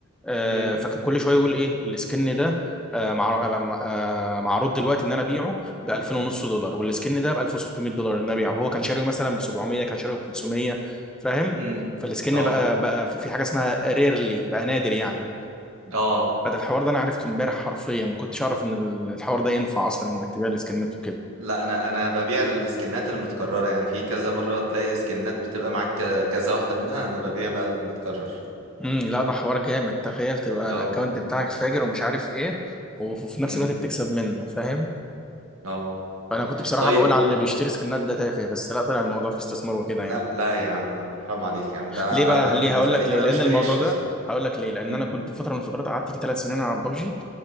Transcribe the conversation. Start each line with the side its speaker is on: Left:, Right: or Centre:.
Centre: آه،
Right: امم
Centre: فكان كل شويه يقول ايه السكن ده آه، مع- آه، معروض دلوقتي ان انا ابيعه ب 2000 ونص دولار والسكن ده ب 1600 دولار ان انا ابيعه هو كان شاريه مثلا ب 700 كان شاريه ب 500 فاهم
Right: امم
Centre: فالسكن
Right: اه
Centre: بقى بقى في حاجه اسمها ريرلي بقى نادر يعني
Right: اه
Centre: فده الحوار ده انا عرفته امبارح حرفيا ما كنتش اعرف ان ال- الحوار ده ينفع اصلا انك تبيع السكنات وكده
Right: لا انا انا ببيع السكنات المتكرره يعني في كذا مره تلاقي سكنات بتبقى معاك ك- كذا واحده منها انا ببيع بقى المتكرر
Centre: امم لا ده حوار جامد تخيل تبقى
Right: اه
Centre: الاكونت بتاعك فاجر ومش عارف ايه وف- وفي نفس
Right: امم
Centre: الوقت بتكسب منه فاهم
Right: اه
Centre: فانا كنت بصراحه
Right: طيب
Centre: بقول على اللي بيشتري سكنات ده تافه بس لا طلع الموضوع فيه استثمار وكده
Right: لا
Centre: يعني
Right: لا يا عم حرام عليك يا عم ده انا
Centre: ليه
Right: انا
Centre: بقى ليه
Right: بالنسبه
Centre: هقول لك
Right: لي
Centre: ليه
Right: انا
Centre: لان
Right: ما بشتريش
Centre: الموضوع ده هقول لك ليه لان
Right: امم
Centre: انا كنت في فتره من الفترات قعدت يجي ثلاث سنين على ببجي